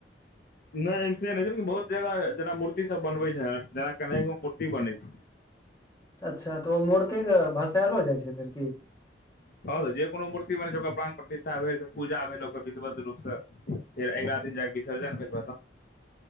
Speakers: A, on the left; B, on the left.
A: नहि एम सी नहि छैन बहुत जगह जेना मूर्ति सभ बनबे छै जेना कनेगो मूर्ति बनै छै
B: अच्छा तऽ ओ मूर्तिके भसायलो जाइ छै फेर कि
A: ह तऽ जे कोनो मूर्ति बने छै ओकर प्राण प्रतिष्ठा भेल पूजा भेल ओकर विधवत रूपसँ फेर अगिला दिन जाके विसर्जन भेल